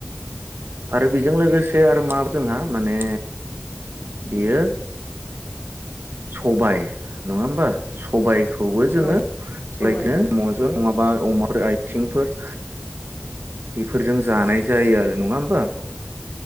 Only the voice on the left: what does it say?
औ
सबाय औ